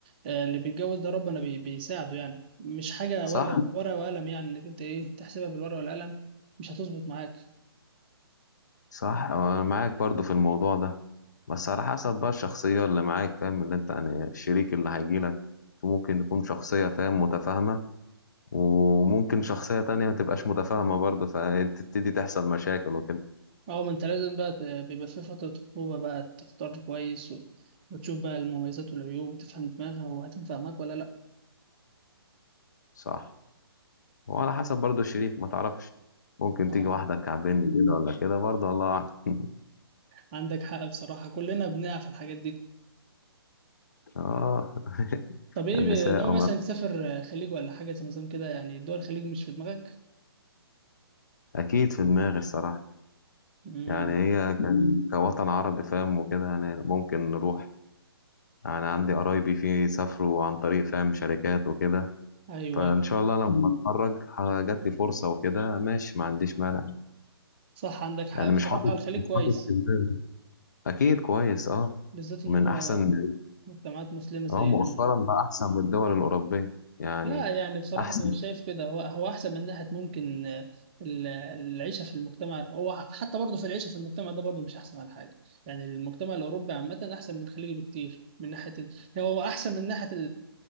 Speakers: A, on the right; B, on the left.
A: آه، اللي بيتجوز ده ربنا بي- بيساعده يعني مش حاجة
B: صح؟
A: ورقة ورقة وقلم يعني إنك أنت إيه تحسبها بالورقة والقلم مش هتظبط معاك
B: صح انا معاك برضو في الموضوع ده بس على حسب بقى الشخصية اللي معاك فاهم اللي انت يعني الشريك اللي هيجيلك ممكن تكون شخصية فاهم متفاهمة وممكن شخصية تانية ما تبقاش متفاهمة برضه فتبتدي تحصل مشاكل وكده
A: اه ما انت لازم بقى ت- بيبقى في فترة خطوبة بقى تختار كويس و- وتشوف بقى المميزات والعيوب وتفهم دماغها وهتنفع معاك ولا لا
B: صح وعلى حسب برضه الشريك ما تعرفش ممكن
A: اه
B: تيجي واحدة كعبني كده ولا كده برضه الله أعلم <laughs>
A: عندك حق بصراحة كلنا بنقع في الحاجات دي
B: اه <laughs>
A: طب ايه
B: النساء
A: ب- ناوي
B: وما
A: مثلا تسافر آه، خليج ولا حاجة زي نظام كده يعني دول الخليج مش في دماغك؟
B: أكيد في دماغي الصراحة
A: امم
B: يعني هي ك- كوطن عربي فاهم وكده يعني ممكن نروح انا عندي قرايبي في سافروا عن طريق فاهم شركات وكده
A: ايوه
B: فان
A: ايوه
B: شاء الله لما مم. اتخرج ه- جات لي فرصه وكده ماشي ما عنديش مانع
A: صح عندك حق
B: يعني
A: بصراحة
B: مش حاطط
A: الخليج
B: مش
A: كويس
B: حاطط في دماغي اكيد كويس اه
A: بالذات ان
B: ومن
A: هم
B: احسن
A: مجتمعات مسلمة زينا
B: اه مؤخرا بقى احسن من الدول الاوروبيه يعني
A: لا يعني بصراحة
B: احسن
A: أنا مش شايف كده هو هو أحسن من ناحية ممكن آه، ال- العيشة في المجتمع هو حتى برضه في العيشة في المجتمع ده برضه مش أحسن على حاجة يعني المجتمع الأوروبي عامة أحسن من الخليجي بكتير من ناحية ال... هو أحسن من ناحية